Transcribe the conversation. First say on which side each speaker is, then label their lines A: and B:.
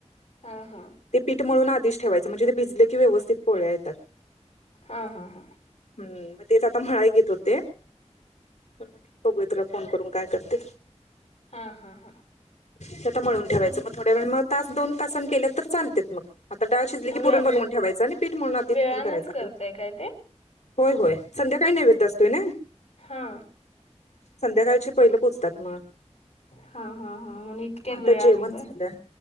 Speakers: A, on the left; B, on the left.
A: हा-हा.
B: ते पीठ मळून आधीच ठेवायचं. म्हणजे ते भिजले कि व्यवस्थित पोळ्या येतात.
A: हा-हा-हा.
B: हम्म, मग तेच आता मळाय घेत होते. तर म्हणलं बघूया तुला फोन करून काय करते.
A: हां, हां, हां.
B: ते आता मळून
A: तेच
B: ठेवायचं,
A: म्हण
B: मग थोड मग तास, दोन तासानं केल तर चालत म, आता डाळ शिजली की,
A: वेळ
B: पुरण बनवून ठेवायच. पिट मळून आधी
A: वेळानेच
B: हे करायचं
A: करताय
B: आता,
A: काय ते?
B: होय-होय संध्याकाळी नैवेद असतोय नी.
A: हा.
B: संध्याकाळची पहिले पोचतात मग.
A: हा-हा-हा, म इतके
B: मग आता
A: वेळा
B: जेवण
A: ने व्हय.
B: झालं.